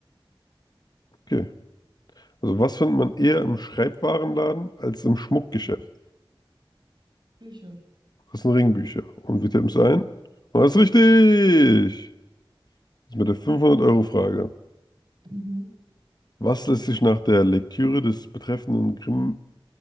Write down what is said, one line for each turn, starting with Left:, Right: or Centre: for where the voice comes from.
Left: Okay. Also was findet man eher im Schreibwarenladen als im Schmuckgeschäft?
Right: Ja. Bücher.
Left: Das sind Ringbücher. Und wir tippen es
Right: Ja.
Left: ein. Und das ist richtig! Das ist mit der 500-Euro-Frage.
Right: Mhm.
Left: Was lässt sich nach der Lektüre des betreffenden Grimm